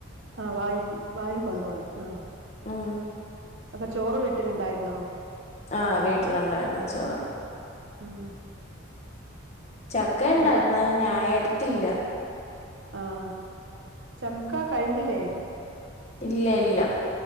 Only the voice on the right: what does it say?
ആഹ് വാങ്ങിക്കി വാങ്ങിക്കൊണ്ടോന്ന് ആഹ്.
അപ്പൊ ചോറ് വീട്ട്ല്ണ്ടായിരുന്നോ?
ഉം
പിന്നെ
ആഹ് ചക്ക
കഴിഞ്ഞിലേ?